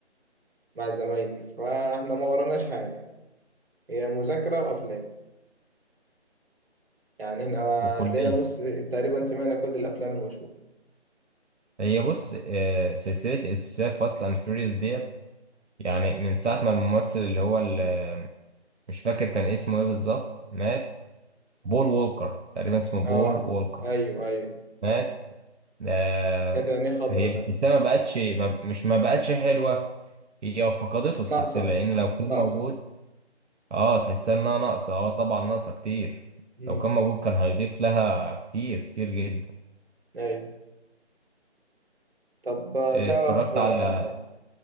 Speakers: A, on the right; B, on the right.
A: مع زمايلي فاحنا ما وراناش حاجة هي مذاكرة وأفلام يعني هنا
B: وكلية
A: هتلاقينا بص تقريبا سمعنا كل الأفلام المشهورة
B: هي بص آه، سلسلة السلسلة فاست أند فيوريوس ديت يعني من ساعة ما الممثل اللي هو ال- مش فاكر كان اسمه ايه بالظبط مات بول وولكر تقريبا اسمه بول
A: اه
B: وولكر
A: أيوه أيوه
B: مات آه،
A: كانت عينيه خضرا
B: هي السلسلة
A: ده
B: ما بقتش ما مش ما بقتش حلوة هي فقدته السلسلة
A: ناقصة
B: لأن لو كان
A: ناقصة
B: موجود اه تحسها إنها ناقصة اه طبعا ناقصة كتير
A: امم
B: لو كان موجود كان هيضيف لها كتير كتير جدا
A: أيوه طب آه،
B: آه،
A: تعرف
B: اتفرجت
A: آه،
B: على